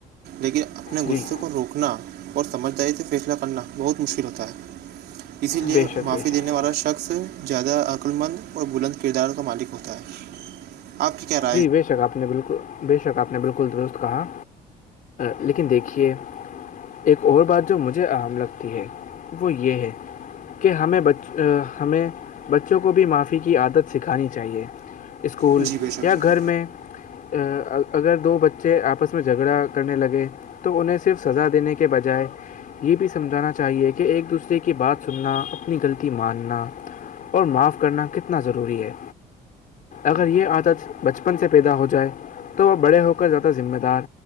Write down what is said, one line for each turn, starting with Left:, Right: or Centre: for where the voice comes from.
Right: لیکن اپنے
Left: جی
Right: غصے کو روکنا اور سمجھداری سے فیصلہ کرنا بہت مشکل ہوتا ہے اسی لیے
Left: بے شک
Right: معافی
Left: بے شک
Right: دینے والا شخص زیادہ عقللمند اور بلند کردار کا مالک ہوتا ہے آپ کیا رہا
Left: جی بے شک آپ نے بالکل بے شک آپ نے بالکل درست کہا لیکن دیکھیے ایک اور بات جو مجھے اام لگتی ہے وہ یہ ہے کہ ہمیں ہمیں بچوں کو بھی معافی کی عادت سکھانی چاہیے اسکول
Right: جی بے شک
Left: یا گھر میں ا اگر دو بچے آپس میں جھگڑا کرنے لگے تو انہیں صرف سزا دینے کے بجائے یہ بھی سمجھانا چاہیے کہ ایک دوسرے کی بات سننا اپنی غلطی ماننا اور معاف کرنا کتنا ضروری ہے اگر یہ عادت بچپن سے پیدا ہو جائے تو وہ بڑے ہو کر زیادہ ذمہ دار